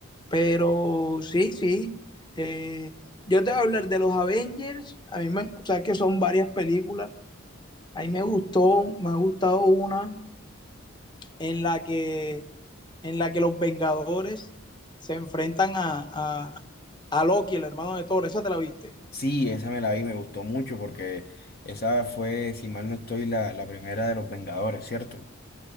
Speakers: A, on the left (about 20°); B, on the left (about 45°).
A: Pero sí, sí. eh, yo te voy a hablar de los Avengers. A mí me, o sea, que son varias películas. A mí me gustó, me ha gustado una en la que en la que los Vengadores se enfrentan a, a, a Loki, el hermano de Thor. ¿Esa te la viste?
B: Sí, esa me la vi, me gustó mucho porque esa fue, si mal no estoy, la, la primera de los Vengadores, ¿cierto?